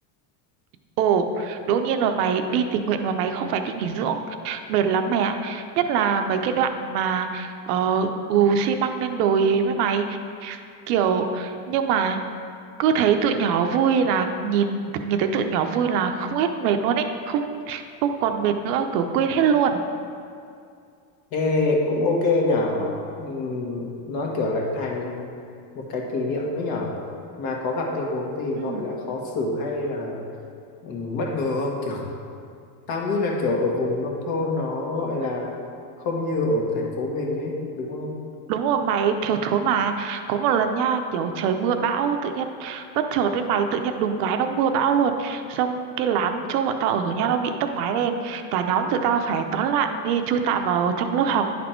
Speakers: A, on the right; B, on the left.
A: Ồ, đương nhiên rồi mày đi tình nguyện mà mày không phải đi nghỉ dưỡng. Mệt lắm mày ạ. Nhất là mấy cái đoạn mà ờ, gù xi măng lên đồi ấy với mày. Kiểu, nhưng mà cứ thấy tụi nhỏ vui là nhìn nhìn thấy tụi nhỏ vui là không hết mệt luôn ấy. Không không còn mệt nữa, kiểu quên hết luôn.
B: ê cũng ok nhở Ừm, nó kiểu lại thành một cái kỷ niệm ấy nhở mà có gặp tình huống gì gọi
A: Ừ.
B: là khó xử hay là ừm, bất ngờ không kiểu tao nghĩ là kiểu ở vùng nông thôn nó gọi là không như ở thành phố mình ấy đúng không
A: Đúng rồi mày thiếu thốn mà Có một lần nha kiểu trời mưa bão Tự nhiên bất chợt với mày tự nhiên đùng cái nó mưa bão luôn Xong cái lán chỗ bọn tao ở nha Nó bị tốc mái lên Cả nhóm tụi tao phải tán loạn đi chui tạm vào trong lớp học